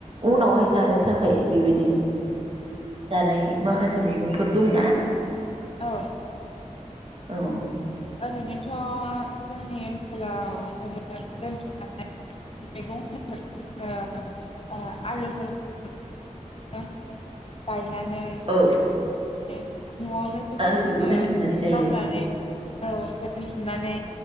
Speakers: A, on the right; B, on the left.
A: उनावहाय जानो थाखाय बेबायदि जानाय माखासे मैगंफोर दंना
B: औ
A: औ
B: ओरैनोथ' जोंनि ओनसोलाव ओरैनो दोनथुमनानै मैगं ओ आलुफोरखौ उम गायो नानै बिदिनो
A: औ
B: न'आवनो जोङो
A: आलुखौबो दोनथुमनानै जायो
B: मावनानै औ दोनथुमनानै